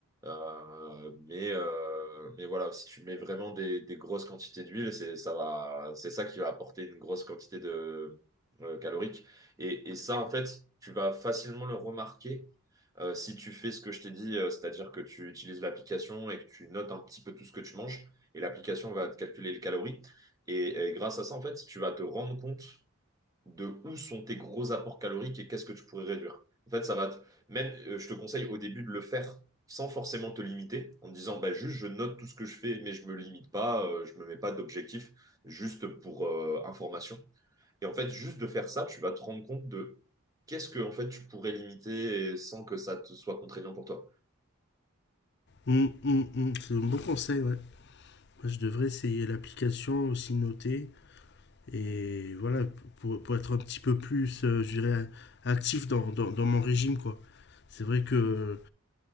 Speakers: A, on the right; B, on the left.
A: Euh, mais, euh, mais voilà, si tu mets vraiment des, des grosses quantités d'huile, c'est ça va, c'est ça qui va apporter une grosse quantité de euh, calorique. Et, et ça, en fait, tu vas facilement le remarquer euh, si tu fais ce que je t'ai dit, euh, c'est-à-dire que tu utilises l'application et que tu notes un petit peu tout ce que tu manges, et l'application va te calculer les calories. Et, et grâce à ça, en fait, tu vas te rendre compte de où sont tes gros apports caloriques et qu'est-ce que tu pourrais réduire. En fait, ça va te... Même, euh, je te conseille au début de le faire sans forcément te limiter, en te disant, bah, juste, je note tout ce que je fais, mais je me limite pas, euh, je me mets pas d'objectif, juste pour euh, information. Et en fait, juste de faire ça, tu vas te rendre compte de qu'est-ce que, en fait, tu pourrais limiter et sans que ça te soit contraignant pour toi.
B: Hum, hum, hum, C'est un bon conseil, ouais. Moi, je devrais essayer l'application aussi notée. et voilà, pour, pour être un petit peu plus, euh, je dirais, actif dans, dans, dans mon régime, quoi. C'est vrai que